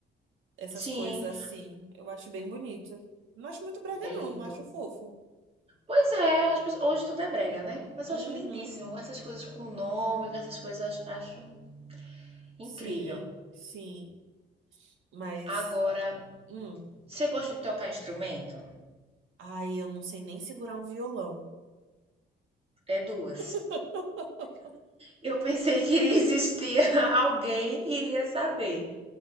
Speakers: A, on the right (about 80°); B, on the right (about 30°).
A: essas
B: Sim,
A: coisas assim. Eu acho bem bonito. Não acho muito brega,
B: é
A: não.
B: lindo.
A: Eu acho fofo.
B: Pois é, as pessoas- hoje tudo é brega, né? Mas
A: Uhum.
B: eu acho lindíssimo. Essas coisas com nome, com essas coisas, eu acho acho incrível.
A: Sim, sim. Mas,
B: Agora,
A: hum.
B: você gosta de tocar instrumento?
A: Ai, eu não sei nem segurar um violão.
B: É duas.
A: <laughs>
B: Eu pensei que iria existir <laughs> alguém iria saber.